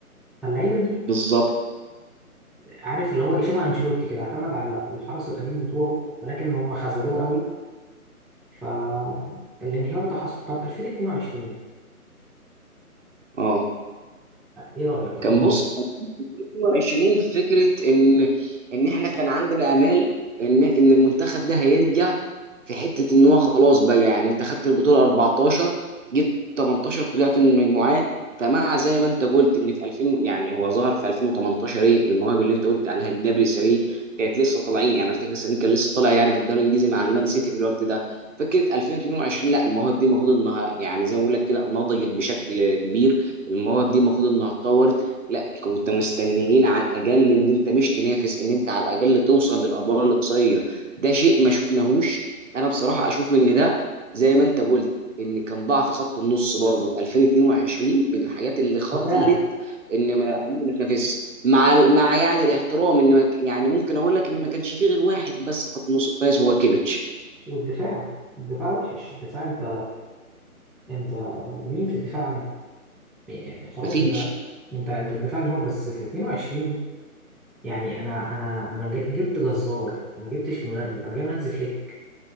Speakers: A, in the centre; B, on the right.
A: فاللعيبه دي
B: بالظبط
A: عارف اللي هو ايه شبه انشيلوتي كده اعتمد على الحرس القديم بتوعه ولكن هم خذلوه قوي فالانهيار ده حصل طب 2022
B: اه
A: ايه رايك في 2022
B: كان بص 2020 فكره ان ان احنا كان عندنا امال ان ان المنتخب ده هيرجع في حته ان هو خلاص بقى يعني انت خدت البطوله 14 جيت 18 طلعت من المجموعات فمع زي ما انت قلت ان في 2000 يعني هو ظهر في 2018 ايه المواهب اللي انت قلت عليها جنابري ساري كانت لسه طالعين يعني افتكر ساري كان لسه طالع يعني في الدوري الانجليزي مع المان سيتي في الوقت ده فكره 2022 لا المواهب دي المفروض انها يعني زي ما بقول لك كده نضجت بشكل كبير المواهب دي المفروض انها تطور لا كنت مستنيين على الاقل ان انت مش تنافس ان انت على الاقل توصل للادوار الاقصائيه ده شيء ما شفناهوش انا بصراحه اشوف ان ده زي ما انت قلت ان كان ضعف خط النص برضه في 2022 من الحاجات اللي خلت
A: دفاع
B: ان ما ما تنافس مع ال- مع يعني الاحترام ان ما ك- يعني ممكن اقول لك ان ما كانش فيه غير واحد بس في خط النص كويس وهو كيميتش
A: والدفاع الدفاع وحش الدفاع انت انت مين في الدفاع عنه؟ يعني خلاص
B: مفيش
A: انت انت انت الدفاع انهار بس في 22 يعني انا انا انا ج- جبت جزار ما جبتش مدرب انا جايب هانز فليك